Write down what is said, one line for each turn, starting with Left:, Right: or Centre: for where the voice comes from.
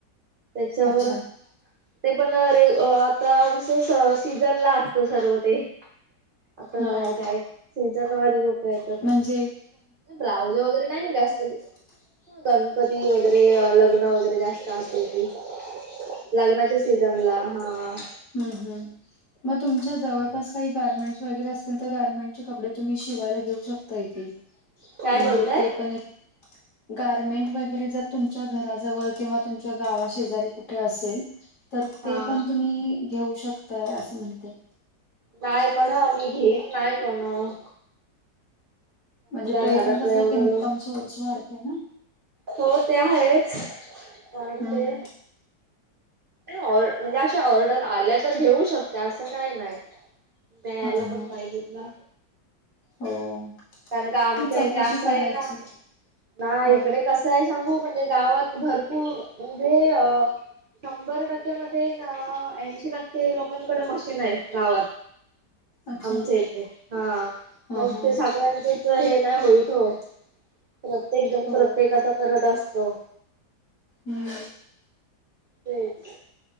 Right: त्यांच्यावर
Left: अच्छा
Right: ते पणं अ रे आता, असं सीजन ला असतं सर्व ते. आता
Left: हा
Right: नाहीं काय सीजन वारि लोकं येतात,
Left: म्हणजे
Right: ब्लाऊज वगैरे नाहीं मगं जास्तं
Left: हो <unintelligible>
Right: गणपती वगैरें, लग्नं वगैरें, जास्तं असले की. लग्नांच्या सीझन लां, हां.
Left: हम्मं हम्मं. म तुमच्या जवळंपास काई गारमेंट् वगैरे असतील तर, गार्मेंटचे कपडे तुम्हीं शिवायला घेऊ शक तय ति,
Right: काय
Left: म्हणजे
Right: बोलताय?
Left: ते पणं एक गारमेंट वगैरें जर तुमच्या घराजवळ किंवा तुमच्या गांवा शेजारी कुठे असेल तरं
Right: हा
Left: ते पणं तुम्हीं घेऊ शकताय, असं म्हणते.
Right: नाहीं पणं हं, मी घेत नाहीं पणं.
Left: म्हणजे ते
Right: घरातलं
Left: पणं कसं,
Right: एवढं
Left: एक इन्कम
Right: लो
Left: सोर्स वाढते नां?
Right: हो ते आहेच वाढते.
Left: हम्म
Right: ऑर, म्हणजे अशा ऑर्डर आल्या तरं घेऊ शकते, असं कांहीं नाहीं. प्यायला
Left: हा हा
Right: पणं पाहिजेेत नां?
Left: हो
Right: कारणं क आमच्या
Left: ती चौकशी
Right: इथे असंय
Left: करायची.
Right: नां, नां
Left: हा
Right: इकडे कसं य सांगू, म्हणजे गावात भरपूर म्हणजे अ शंभर टक्क्या मधे, न अ ऐंशी टक्के लोकांकडे मशीन हाय गावात.
Left: अच्छा
Right: आमच्या इथे, हां
Left: हा
Right: मग
Left: हा
Right: ते सागळ्यांचच हे नाही होईल हो प्रत्येक जण
Left: हो
Right: प्रत्येकाचा करत असतो.
Left: हम्म.
Right: तेच.